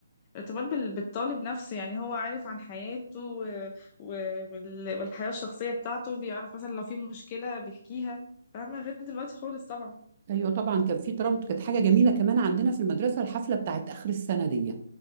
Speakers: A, on the left (about 30°); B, on the right (about 40°).
A: ارتباط بال- بالطالب نفسه يعني هو عارف عن حياته و- و- وال- والحياة الشخصية بتاعته بيعرف مثلا لو في مشكلة بيحكيها فاهمة غير دلوقتي خالص طبعا
B: ايوه طبعا كان في ترابط كانت حاجه جميله كمان عندنا في المدرسه الحفله بتاعت اخر السنه دي